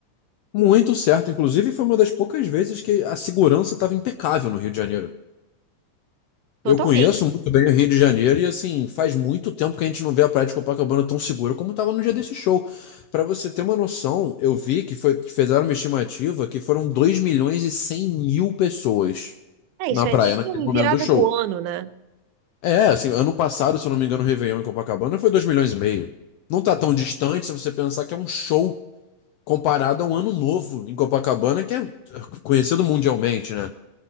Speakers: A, on the left; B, on the right.
A: Muito certo. Inclusive, foi uma das poucas vezes que a segurança estava impecável no Rio de Janeiro.
B: Totalmente.
A: Eu conheço muito bem o Rio de Janeiro e, assim, faz muito tempo que a gente não vê a Praia de Copacabana tão segura como estava no dia desse show. Para você ter uma noção, eu vi que foi, fizeram uma estimativa que foram dois milhões e cem mil pessoas
B: É,
A: na
B: isso é
A: praia
B: nível
A: naquele momento
B: virada
A: do show.
B: do ano, né?
A: É, assim, ano passado, se eu não me engano, o Réveillon em Copacabana foi 2 milhões e meio. Não tá tão distante se você pensar que é um show comparado a um ano novo em Copacabana, que é conhecido mundialmente, né?